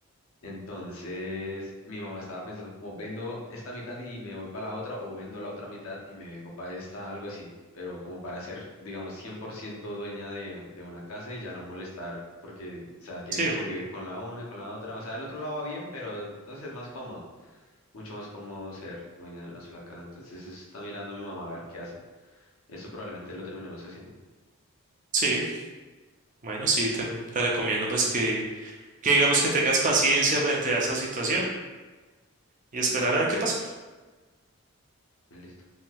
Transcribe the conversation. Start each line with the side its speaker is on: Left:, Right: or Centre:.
Left: Entonces, mi mamá estaba pensando como vendo esta mitad y me voy para la otra o vendo la otra mitad y me vengo para esta, algo así. Pero como para ser, digamos, 100% dueña de, de una casa y ya no molestar porque, o sea, tiene
Right: Sí,
Left: que
Right: mm,
Left: convivir con la una y con la otra. O sea, el otro lado va bien, pero no sé, es más cómodo mucho más cómodo ser dueña de una sola casa. Entonces, eso está mirando mi mamá a ver qué hace. Eso probablemente lo terminemos haciendo.
Right: sí, bueno, sí, te, te recomiendo pues que, que digamos que tengas paciencia frente a esa situación y esperar
Left: Ujú,
Right: a ver qué pasa.
Left: pues Listo.